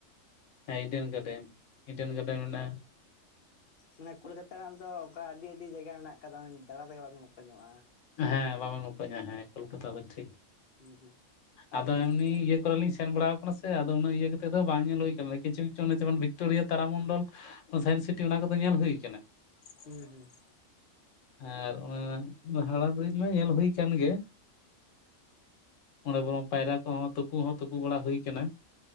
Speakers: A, on the left; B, on the left.
A: ᱦᱮᱸ ᱤᱰᱮᱱ ᱜᱟᱨᱰᱮᱱ, ᱤᱰᱮᱱ ᱜᱟᱨᱰᱮᱱ ᱢᱮᱱᱟᱜᱼᱟ,
B: ᱢᱟᱱᱮ ᱠᱳᱞᱠᱟᱛᱟ ᱨᱮᱱᱟᱜ ᱫᱚ ᱚᱱᱠᱟ ᱟᱹᱰᱤ ᱟᱹᱰᱤ ᱡᱟᱭᱜᱟ ᱢᱮᱱᱟᱜ ᱠᱟᱫᱟ, ᱫᱟᱬᱟ ᱛᱮᱜᱮ ᱵᱟᱵᱮᱱ ᱢᱚᱠᱚᱧᱚᱜ-ᱟ।
A: ᱦᱮᱸ ᱵᱟᱵᱚᱱ ᱢᱚᱠᱚᱧᱚᱜ -ᱟ ᱦᱮᱸ ᱠᱳᱞᱠᱟᱛᱟ ᱫᱚ ᱴᱷᱤᱠ
B: ᱦᱩᱸ ᱦᱩᱸ ᱟᱨ
A: ᱟᱫᱚ
B: ᱦᱩᱸ
A: ᱮᱢᱱᱤ ᱤᱭᱟᱹ ᱠᱚᱨᱮᱤᱧ ᱥᱮᱱ ᱵᱟᱲᱟᱣ ᱠᱟᱱᱟ ᱥᱮ ᱟᱫᱚ ᱩᱱᱟᱜ ᱤᱭᱟᱹ ᱠᱟᱛᱮ ᱫᱚ ᱵᱟᱝ ᱧᱮᱞ ᱦᱩᱭ ᱠᱟᱱᱟ ᱠᱤᱪᱷᱩ ᱠᱤᱪᱷᱩ ᱡᱮᱢᱚᱱ ᱵᱷᱤᱠᱴᱳᱨᱤᱭᱟ ᱛᱟᱨᱟ ᱢᱚᱱᱰᱚᱞ। ᱚ ᱥᱟᱭᱮᱱᱥ ᱥᱤᱴᱤ ᱚᱱᱟ ᱠᱚᱫᱚ ᱧᱮᱞ ᱦᱩᱭ ᱠᱟᱱᱟ।
B: ᱦᱮᱸ ᱦᱮᱸ।
A: ᱟᱨ ᱚᱱᱟ ᱦᱟᱣᱲᱟ ᱵᱤᱨᱤᱡ ᱢᱟ ᱧᱮᱞ ᱦᱩᱭ ᱠᱟᱱ ᱜᱮ। ᱚᱸᱰᱮ ᱵᱚᱨᱚᱝ ᱯᱟᱭᱨᱟ ᱠᱚᱦᱚᱸ ᱛᱩᱯᱩ ᱦᱚᱸ ᱛᱩᱯᱩ ᱵᱟᱲᱟ ᱦᱩᱭ ᱠᱟᱱᱟ।